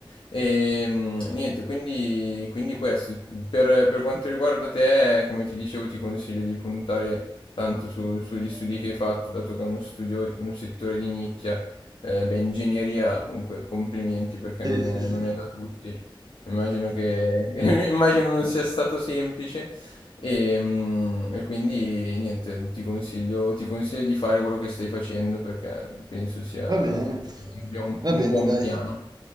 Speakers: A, on the left; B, on the right.
A: E mm, niente, quindi, quindi questo. Per, per quanto riguarda te, come ti dicevo, ti consiglio di puntare tanto su- sugli studi che hai fatto, dato che è uno studio, un settore di nicchia. Eh, beh, ingegneria, comunque, complimenti perché
B: sì,
A: non
B: sì,
A: è,
B: sì.
A: non è da tutti. Immagino che, <laughs> immagino non sia stato semplice. E, mm, e quindi niente, ti consiglio, ti consiglio di fare quello che stai facendo perché penso sia,
B: Va bene,
A: cioè, abbia un
B: va
A: un
B: bene,
A: buon
B: dai.
A: piano.